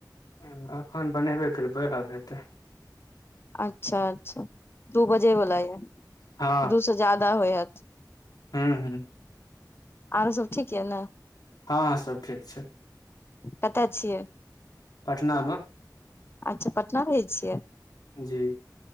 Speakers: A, on the left; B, on the left.
A: नय एखन बनेबे करबै आब हेतै
B: अच्छा अच्छा दू बजेवला यऽ
A: हँ
B: दू से जादा होय हायत
A: हँ हू
B: आरो सब ठीक यऽ ने
A: हँ हँ सब ठीक छै
B: कतय छियै
A: पटना मे
B: अच्छा पटना रहै छियै
A: जी